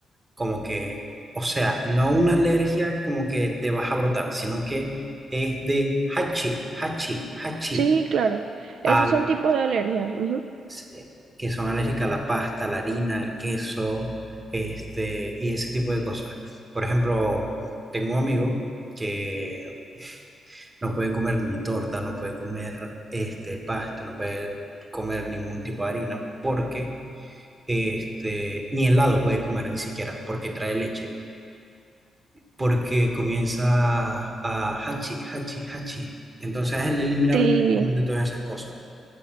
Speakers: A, on the right (about 25°); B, on the right (about 75°).
A: como que, o sea, no una alergia como que te vas a brotar, sino que es de hachi, hachi, hachi,
B: Sí, claro,
A: al,
B: esos son tipos de alergia. ujú.
A: se- que son alérgicas a la pasta, a la harina, el queso, este, y ese tipo de cosas. Por ejemplo, tengo un amigo que no puede comer ni torta, no puede comer este, pasta, no puede comer ningún tipo de harina, porque este, ni helado puede comer ni siquiera, porque trae leche. porque comienza a hachi, hachi, hachi. Entonces a él le eliminaron
B: Sí,
A: prácticamente todas esas cosas.